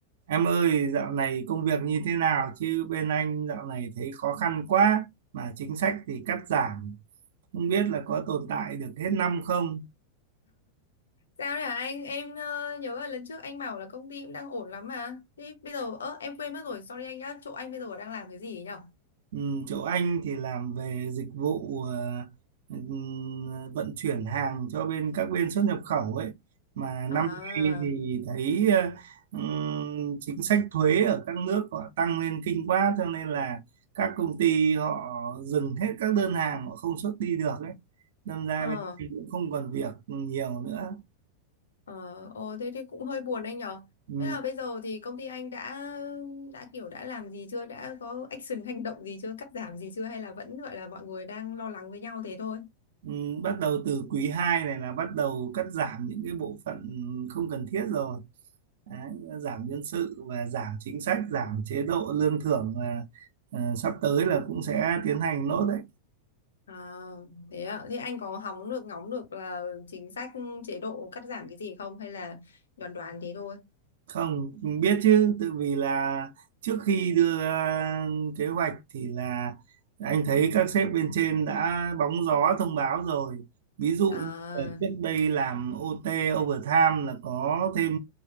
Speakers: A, on the right; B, on the left.
A: Em ơi, dạo này công việc như thế nào chứ bên anh dạo này thấy khó khăn quá mà chính sách thì cắt giảm, không biết là có tồn tại được hết năm không?
B: Sao đấy hả anh? Em ờ, nhớ là lần trước anh bảo là công ty cũng đang ổn lắm mà. Thế bây giờ ơ em quên mất rồi, sorry anh nhá. Chỗ anh bây giờ đang làm cái gì ấy nhở?
A: Ừ, chỗ anh thì làm về dịch vụ ờ, ừm, vận chuyển hàng cho bên các bên xuất nhập khẩu ấy mà năm
B: À,
A: nay thì thấy ờ, ừm, chính sách thuế ở các nước họ tăng lên kinh quá cho nên là các công ty họ dừng hết các đơn hàng họ không xuất đi được ấy đâm ra
B: ờ,
A: bên mình cũng không còn việc nhiều nữa
B: ờ, ồ thế thì cũng hơi buồn anh nhở.
A: ừ.
B: Thế là bây giờ thì công ty anh đã đã kiểu đã làm gì chưa? Đã có action hành động gì chưa? Cắt giảm gì chưa? Hay là vẫn gọi là mọi người đang lo lắng với nhau thế thôi?
A: Ừ, bắt đầu từ quý 2 này là bắt đầu cắt giảm những cái bộ phận không cần thiết rồi Đấy, giảm nhân sự và giảm chính sách giảm chế độ lương thưởng là ờ, sắp tới là cũng sẽ tiến hành nốt đấy
B: À, thế ạ. Thế anh có hóng được ngóng được là chính sách chế độ cắt giảm cái gì không? Hay là đoán đoán thế thôi?
A: không biết chứ tự vì là trước khi đưa ra kế hoạch thì là anh thấy các sếp bên trên đã bóng gió thông báo rồi ví dụ
B: À,
A: như là trước đây làm OT overtime là có thêm